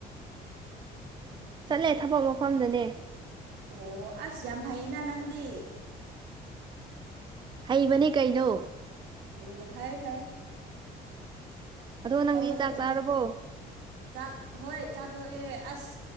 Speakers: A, on the right; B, on the right.
A: ꯆꯠꯂꯦ ꯊꯕꯛ ꯃꯐꯝꯗꯅꯦ꯫
B: ꯑꯣ ꯑꯁ ꯌꯥꯝ ꯐꯩꯌꯦꯅ ꯅꯪꯗꯤ꯫
A: ꯍꯩꯕꯅꯦ ꯀꯩꯅꯣ꯫
B: ꯑꯣ ꯐꯥꯌꯦ ꯐꯥꯌꯦ꯫
A: ꯑꯗꯣ ꯅꯪꯗꯤ
B: ꯇꯧꯒꯗꯕꯅꯦ
A: ꯆꯥꯛ ꯆꯥꯔꯕꯣ
B: ꯆꯥꯛ ꯍꯣꯏ ꯆꯥꯗꯣꯛꯑꯦ ꯑꯁ꯫